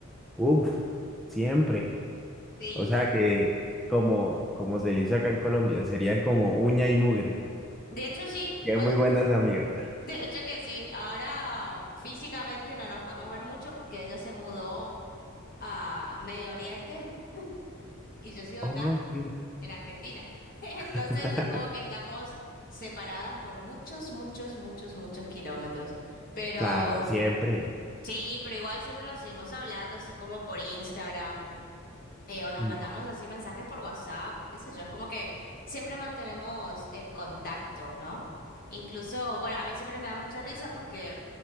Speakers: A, in the centre; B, on the left (about 45°).
A: Uf, siempre.
B: Sí,
A: O sea que, como, como se le dice acá en Colombia, serían como uña y mugre.
B: de hecho sí,
A: Que
B: o-
A: muy buenas amigas.
B: de hecho que sí, ahora físicamente no nos podemos ver mucho porque ella se mudó a Medio Oriente <laughs> y yo sigo
A: Ok.
B: acá. en Argentina. <laughs> Entonces
A: <laughs>
B: es como que estamos separadas por muchos, muchos, muchos, muchos kilómetros. Pero
A: Claro, siempre.
B: sí, pero igual siempre nos seguimos hablando, así como por Instagram eh, o nos
A: Mm.
B: mandamos así mensajes por WhatsApp, qué sé yo, es como que siempre mantenemos el contacto, ¿no? Incluso, bueno, a mí siempre me da mucha risa porque